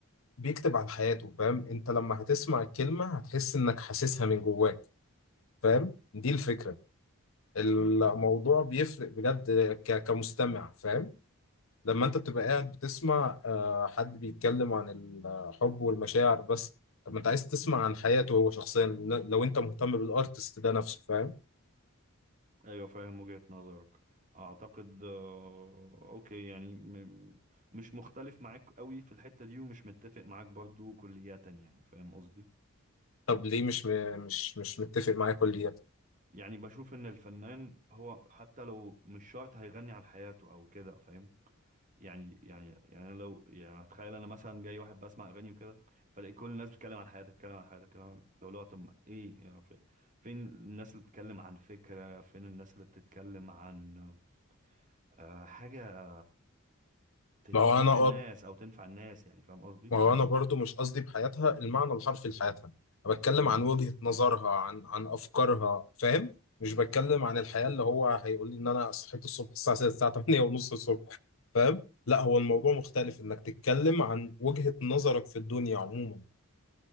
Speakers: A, on the left; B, on the right.
A: بيكتب عن حياته فاهم انت لما هتسمع الكلمة هتحس انك حاسسها من جواك فاهم دي الفكرة الموضوع بيفرق بجد ك- كمستمع فاهم لما انت بتبقى قاعد بتسمع آه، حد بيتكلم عن الحب والمشاعر بس طب ما انت عايز تسمع عن حياته هو شخصيا ل- لو انت مهتم بالارتست ده نفسه فاهم
B: ايوه فاهم وجهة نظرك اعتقد آه، اوكي يعني م- مش مختلف معاك قوي في الحتة دي ومش متفق معاك برضو كلية يعني فاهم قصدي
A: طب ليه مش م- مش مش متفق معايا كليا
B: يعني بشوف ان الفنان هو حتى لو مش شرط هيغني عن حياته او كده فاهم يعني يعني يعني أنا لو يعني اتخيل انا مثلا جاي واحد بسمع اغاني وكده فلاقي كل الناس بتتكلم عن حياتها بتتكلم عن حياتها بتتكلم عن لو لا طب ايه يعني في- فين الناس اللي بتتكلم عن فكرة فين الناس اللي بتتكلم عن آه، حاجة ت- تفيد
A: ما هو انا
B: الناس او تنفع الناس يعني فاهم قصدي
A: ما هو انا برضو مش قصدي بحياتها المعنى الحرفي لحياتها انا بتكلم
B: امم
A: عن وجهة نظرها عن عن افكارها فاهم مش بتكلم عن الحياة اللي هو هيقول لي ان انا صحيت الصبح الساعة 6 الساعة 8 ونص الصبح فاهم لا هو الموضوع مختلف انك تتكلم عن وجهة نظرك في الدنيا عموما